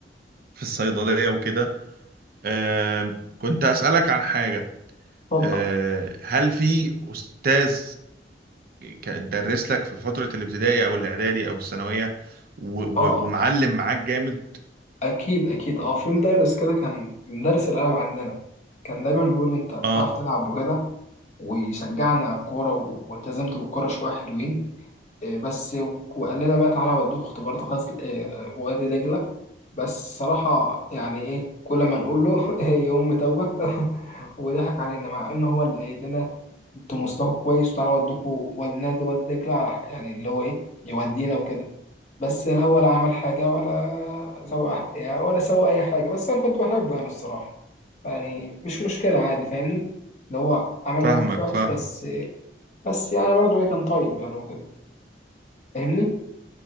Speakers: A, on the right; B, on the left.
A: في الصيدلية وكده آم، كنت أسألك عن حاجة
B: اتفضل
A: آه، هل في أستاذ ك- درس لك في فترة الابتدائي أو الإعدادي أو الثانوية و... و...
B: اه
A: ومعلم معاك جامد
B: اكيد اكيد اه في مدرس كده كان مدرس الالعاب عندنا كان دايما بيقول لي انت بتعرف
A: اه
B: تلعب وكده ويشجعني على الكورة و- والتزمت بالكورة شوية حلوين آه، بس وقال لنا بقى تعالى اوديك اختبارات غزل آه، آه، وادي دجلة بس صراحة يعني إيه كل ما نقول له <laughs> يقوم متوه <laughs> وضحك علينا مع إن هو اللي قايل لنا أنتوا مستواكم كويس وتعالى أودوكوا والنادي ودي دجلة على حق- يعني اللي هو إيه يودينا وكده بس لا هو لا عمل حاجة ولا سوى أح- يعني ولا سوى أي حاجة بس أنا كنت بحبه يعني الصراحة يعني مش مشكلة عادي فاهمني اللي هو عمل
A: فاهمك
B: موقف وحش
A: فاهم
B: بس بس يعني برضه إيه كان طيب يعني وكده فاهمني